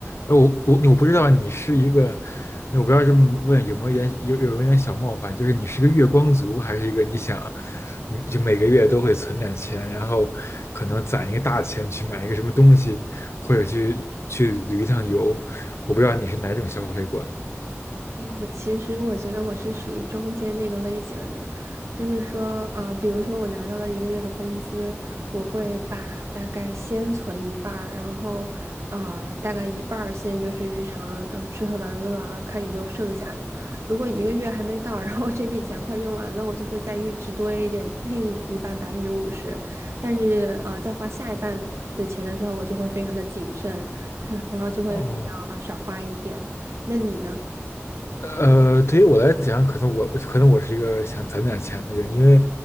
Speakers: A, on the left; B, on the right.
A: 呃我我我不知道你是一个，我不知道这么问有没有一点有有没有一点小冒犯，就是你是个月光族，还是一个你想，嗯就每个月都会存点钱，然后可能攒一个大钱去买一个什么东西，或者去去旅一趟游，我不知道你是哪种消费观。
B: 我其实我觉得我是属于中间那个类型儿的，就是说，啊、比如说我拿到了一个月的工资，我会把大概先存一半儿，然后，啊、大概一半儿先就是日常，然后吃喝玩乐啊，看有没有剩下的。如果一个月还没到，<laughs> 然后这笔钱快用完了，我就会再预支多一点，另一半百分之五十。但是，呃，在花下一半的钱的时候，我就会非常的谨慎，<laughs> 然后就会比较啊少花一点。
A: 哦，
B: 那你呢？
A: 呃，对于我来讲，可能我可能我是一个想攒点钱的人，因为